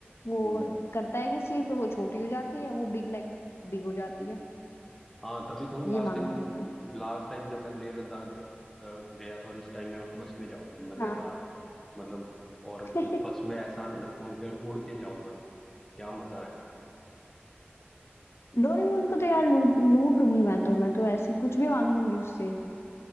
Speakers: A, on the left; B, in the centre.
A: वो
B: हम्म
A: करता है किस चीज पे वो छोटी हो जाती है वो बिग लाइट बिग हो जाती है
B: हाँ तभी तो लास्ट
A: ये मांगना
B: टाइम
A: फिर तो
B: लास्ट टाइम जब मैं लेह लद्दाख अ, गया था और इस टाइम मैं उस बस में जाऊंगा मजेदार
A: हाँ
B: मतलब और
A: <laughs>
B: बस में ऐसा रखूंगा कि उड़ के जाऊंगा क्या मजा आएगा
A: डोरेमोन को तो यार लूट लूट लूंगी मैं तो मैं तो ऐसी कुछ भी मांग लूंगी उससे